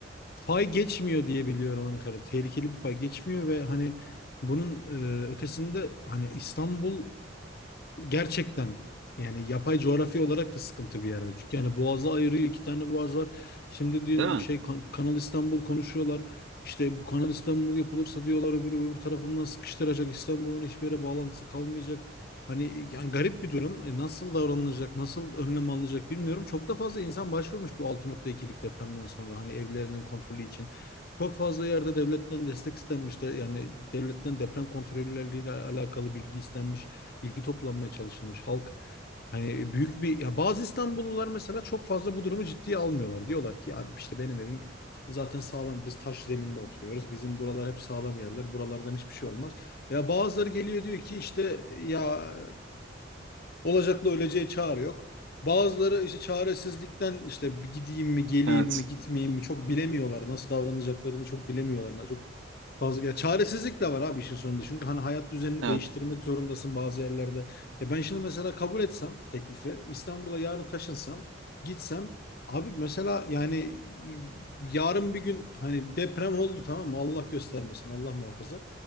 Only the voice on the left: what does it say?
fay geçmiyor diye biliyorum Ankara'da. Tehlikeli bir fay geçmiyor ve hani bunun e, ötesinde hani İstanbul gerçekten yani yapay coğrafi olarak da sıkıntı bir yerde. Çünkü yani boğazı ayırıyor iki tane boğaz var. Şimdi diyor,
şey Ka- Kanal İstanbul konuşuyorlar. İşte bu Kanal İstanbul yapılırsa diyorlar öbür öbür tarafından sıkıştıracak. İstanbul'un hiçbir yere bağlantısı kalmayacak. Hani yani garip bir durum. E, nasıl davranılacak, nasıl önlem alınacak bilmiyorum. Çok da fazla insan başvurmuş bu 6.2'lik depremden sonra hani evlerinin kontrolü için. Çok fazla yerde devletten destek istenmiş de yani devletten deprem kontrolleriyle alakalı bilgi istenmiş bilgi toplanmaya çalışılmış. Halk Hani büyük bir ya bazı İstanbullular mesela çok fazla bu durumu ciddiye almıyorlar. Diyorlar ki ya işte benim evim zaten sağlam biz taş zeminde oturuyoruz. Bizim buralar hep sağlam yerler. Buralardan hiçbir şey olmaz. Ya bazıları geliyor diyor ki işte ya olacakla öleceğe çare yok. Bazıları işte çaresizlikten işte gideyim mi geleyim
mi gitmeyeyim mi çok bilemiyorlar. Nasıl davranacaklarını çok bilemiyorlar. Çok fazla ya çaresizlik de var abi işin sonunda. Çünkü hani hayat düzenini
değiştirmek zorundasın bazı yerlerde. E ben şimdi mesela kabul etsem teklifi, İstanbul'a yarın taşınsam, gitsem abi mesela yani e, yarın bir gün hani deprem oldu tamam mı? Allah göstermesin, Allah muhafaza.